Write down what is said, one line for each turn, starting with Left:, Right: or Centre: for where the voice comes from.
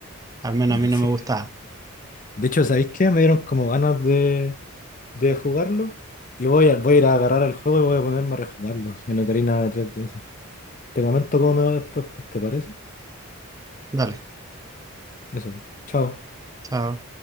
Right: Al menos a
Left: Ah,
Right: mí no
Left: sí,
Right: me gustaba.
Left: sí. De hecho, ¿sabéis qué? Me dieron como ganas de de jugarlo y voy a, voy a ir a agarrar el juego y voy a ponerme a rejugarlo en la Ocarina de 3DS. Te comento cómo me va después, pues, ¿te parece?
Right: Dale,
Left: Eso, chao.
Right: chao.